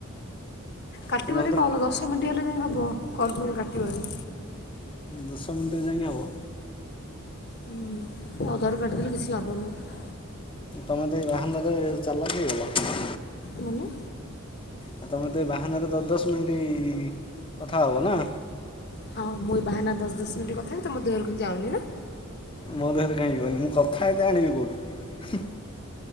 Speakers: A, on the left; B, on the left.
A: କାଟିବନି
B: କି ମୋତେ ତ
A: କଲ ଦଶ ମିନିଟ୍ ହେଲେ ଯାଇଁ ହବ କଲଫୁଲ କାଟିବନି।
B: ଦଶ ମିନିଟେ ଯାଇଙ୍କି ହବ।
A: ହୁଁ ଅଧାରୁ କାଟିଦେଲେ କିଛି ଲାଭ ନାହିଁ।
B: ତମେ ତ ଏଇ ବାହାନାରେ ଚାଲକ ହେଇଗଲ।
A: ମାନେ
B: ଆଉ ତ ମତେ ବାହାନାରେ ଦ ଦଶ ମିନିଟ୍ କଥା ହବ ନା।
A: ହଁ ମୁଁ ଏ ବାହାନା ଦଶ ଦଶ ମିନିଟ କଥାବି ତ ମୋ ଦେହରକୁ କିଉଁ ଯାଉନି ନା।
B: ମୋ ଦେହରେ କାହିଁ ଯିବନି ମୁଁ କଥା ଏତେ ଆଣିବି କୋଉଠୁ।